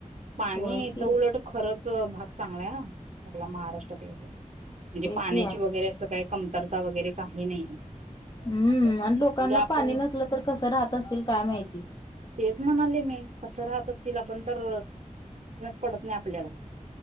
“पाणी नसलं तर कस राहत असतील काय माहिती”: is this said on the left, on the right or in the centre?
Left